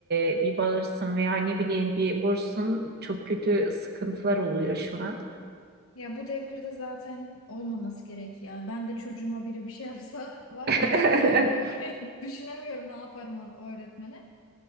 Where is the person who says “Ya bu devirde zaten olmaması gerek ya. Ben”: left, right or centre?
Left